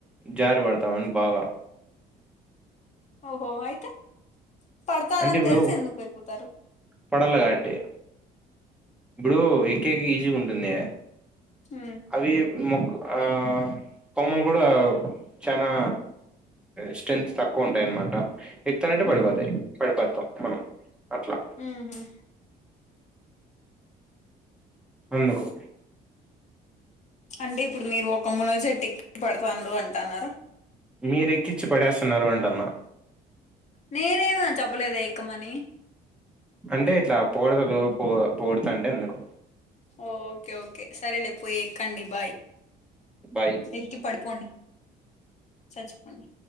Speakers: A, in the centre; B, on the left (about 45°).
A: జారి పడతామని బాగా
B: ఓహో అయితే పడతారని
A: అంటే ఇప్పుడు
B: తెల్సి ఎందుకు ఎక్కుతరు.
A: పడాల కాట్టి ఇప్పుడు ఎక్కేకి ఈజీగా ఉంటుందిగా
B: హ్
A: అవి మె ఆ కొమ్మలు కూడా చానా స్ట్రెంత్ తక్కువ ఉంటాయి అనమాట. ఎక్తనట్టే
B: మ్మ్
A: పడిపోతయి పడిపోతాం మనం అట్లా.
B: ఆహా
A: అందుకు
B: అంటే ఇప్పుడు మీరు ఒక మునగ చెట్టు ఎక్కి పడుతాంర్రు అంటన్నార.
A: మీరు ఎక్కిచ్చి పడేస్తున్నారు అంటున్న.
B: నేనేమే చెప్పలేదే ఎక్కమనీ.
A: అంటే ఇట్లా పొగడ్తలు పొ పొగుడ్తాంటే అందుకు.
B: ఓకే ఓకే సరేలే పోయి ఎక్కండి బాయ్.
A: బాయ్
B: ఎక్కి పడిపోండి చచ్చిపోండి